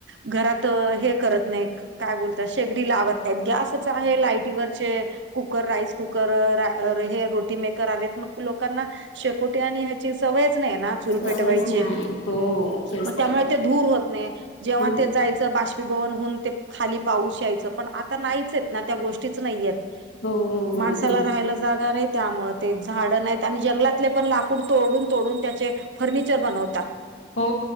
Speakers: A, on the right; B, on the left.
A: घरात हे करत नाही काय बोलता शेगडी लावत नाही गॅसच आहे लायटीवरचे कुकर राईस कुकर हे रोटी मेकर आले मग लोकांना शेकोटी आणि ची सवयच नाही ना चूल
B: सवयच
A: पेटवायची
B: नाही हो तेच
A: मग त्यामुळे
B: तर
A: ते धूर होत नाही जेव्हा
B: हं.
A: ते जायचं बाष् भवन होऊन ते खाली पाऊस यायचं पण आता नाहीचेत ना त्या गोष्टीच नाहीय आहेत
B: हो हो हो
A: माणसाला
B: हो
A: राहायला जागा नाही त्यामुळ झाड नाही आणि जंगलातले पण लाकूड तोडून तोडून त्याचे फर्निचर बनवतात.
B: हो